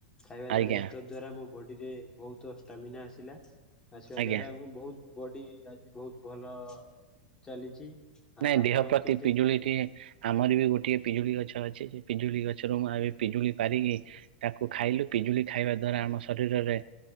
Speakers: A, on the left (about 15°); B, on the right (about 75°).
A: ଖାଇବା
B: ଆଜ୍ଞା।
A: ଦ୍ଵାରା ଏତତ୍ ଦ୍ଵାରା ଆମ ବଡି ରେ ବହୁତ ଷ୍ଟାମିନା ଆସିଲା ଆସିବା
B: ଆଜ୍ଞା
A: ଦ୍ଵାରା ଆମେ ବହୁତ ବଡି ଆଜି ବହୁତ ଭଲ ଚାଲିଛି।
B: ନାଇଁ
A: ଆଉ ଆପଣ
B: ଦେହ ପ୍ରତି
A: କେମିତି
B: ପିଜୁଳିଟି ଆମର ବି ଗୋଟିଏ ପିଜୁଳି ଗଛ ଅଛି ସେ ପିଜୁଳି ଗଛରୁ ମୁଁ ଏବେ ପିଜୁଳି ପାରିକି ତାକୁ ଖାଇଲୁ ପିଜୁଳି ଖାଇବା ଦ୍ଵାରା ଆମ ଶରୀରରେ